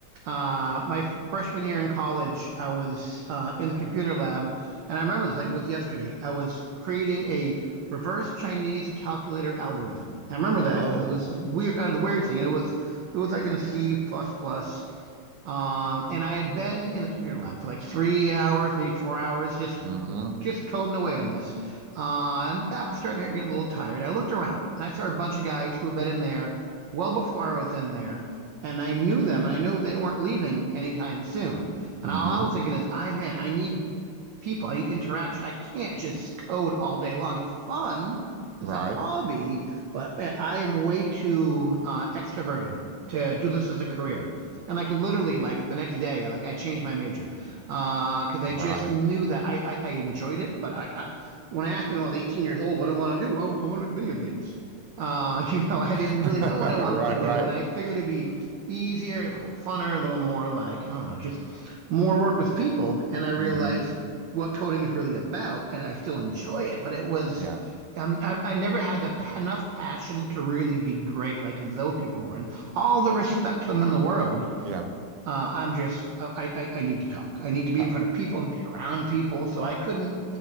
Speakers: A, on the right; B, on the right.
A: Uh, my freshman year in college, I was uh, in the computer lab, and I remember this like it was yesterday. I was creating a reverse Chinese calculator algorithm. I remember that
B: whoa.
A: because it was weird, uh, the weird thing, and it was it was like in C++. plus plus. Um, and I had been in the computer lab for like three hours, maybe four hours, just
B: Mm-hmm.
A: just coding away on this. Uh, am back was starting to get a little tired. I looked around and I saw a bunch of guys who had been in there well before I was in there. And I knew them and I know they weren't leaving anytime soon. And
B: Mm-hmm.
A: all I was thinking is, I man, I need people. I need interaction. I can't just code all day long. It's fun. It's
B: Right.
A: a hobby, but man, I am way too uh, extroverted to do this as a career. And like literally, like the next day, I like I changed my major uh, because I
B: Right.
A: just knew that I, I I enjoyed it. But I, I when I asked me when I was 18 years old, what do I want to do? Oh, I want to make video games. Uh, <laughs> you know, I
B: <laughs>
A: didn't really know what I wanted
B: Right.
A: to do,
B: Right.
A: and I figured it'd be easier, a little funner, a little more like I don't know, just more work with people. And I realized
B: Mm-hmm.
A: what coding is really about, and I still enjoy it, but it was.
B: Yeah.
A: Um, I, I never had the enough passion to really be great like those people were, and all the respect to them in the world.
B: Yeah.
A: Uh, I'm just oh, I, I I need to talk. I need to be
B: Uh,
A: in front of people and be around people. So I couldn't